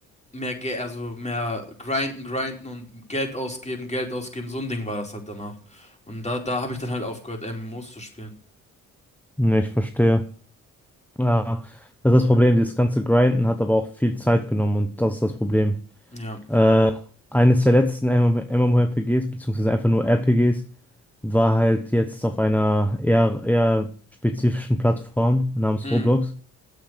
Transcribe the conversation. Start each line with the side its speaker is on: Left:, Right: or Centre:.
Left: mehr, Ge also mehr grinden, grinden und Geld ausgeben, Geld ausgeben. So ein Ding war das halt danach. Und da, da habe ich dann halt aufgehört, MMOs zu spielen.
Centre: Ne, ich verstehe. Ja, das ist das Problem, dieses ganze Grinden hat aber auch viel Zeit genommen und das ist das Problem.
Left: Ja.
Centre: Äh, eines der letzten MMORPGs, beziehungsweise einfach nur RPGs, war halt jetzt auf einer eher, eher spezifischen Plattform namens
Left: Mhm.
Centre: Roblox.